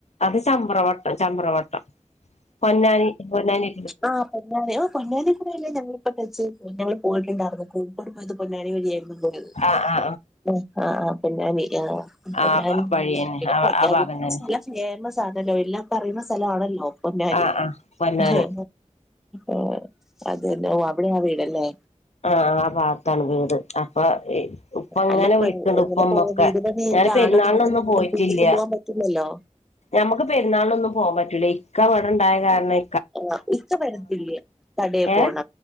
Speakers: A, on the left; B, in the centre.
A: അത് ചമ്പ്രവ ചമ്പ്രവട്ടം പൊന്നാനി പൊന്നാനി
B: ആ പൊന്നാനി ആ പൊന്നാനിെക്കൂടെയല്ലേ ഞങ്ങളിപ്പ ടച്ചീത് ഞങ്ങള് പോയിട്ടുണ്ടാർന്നു. കോഴിക്കോട് പോയത് പൊന്നാനി വഴിയായിരുന്നു പോയത്.
A: ആ ആ
B: ആ ആ ആ പൊന്നാനി യാ അം പൊന്നാനി
A: ആ ആ വഴിയന്നെ
B: പിന്നെ
A: ആ
B: പൊന്നാനിന്നറഞ്ഞ
A: ആ ഭാഗം തന്നെ
B: സ്ഥലം ഫേമസ് സാതല്ലോ എല്ലാർക്കുംഅറിയ്ണ സ്ഥലാണല്ലോ പൊന്നാനി
A: ആ ആ പൊന്നാനി
B: എഹ് ഏഹ് അതേല്ലെ ഓ അവിടെയാ വീടല്ലേ
A: ആഹ് ആ ഭാഗത്താണ് വീട് അപ്പൊ ഇ ഇപ്പങ്ങനെ
B: അല്ല ഇപ്പ
A: വിളിക്ക്ണ്ട്
B: എങ്ങനെ
A: ഉപ്പമ്മൊക്കെ
B: പോവാ വീട് പണി കഴിഞ്ഞ
A: ഞാന് പെരുന്നാളിനൊന്നും
B: ആളുണ്ടെങ്കിൽ നിങ്ങക്ക്
A: പോയിട്ടില്ല.
B: വീട്ടിക്ക് പോവാൻ പറ്റില്ലല്ലോ
A: ഞമ്മക്ക് പെരുന്നാളിനൊന്നും പോവാൻ പറ്റൂല്ല ഇക്ക ഇവിടെണ്ടായ കാരണേ
B: ആഹ് ഇക്ക വരത്തില്ലേ കടയിൽ പോണം
A: ഏ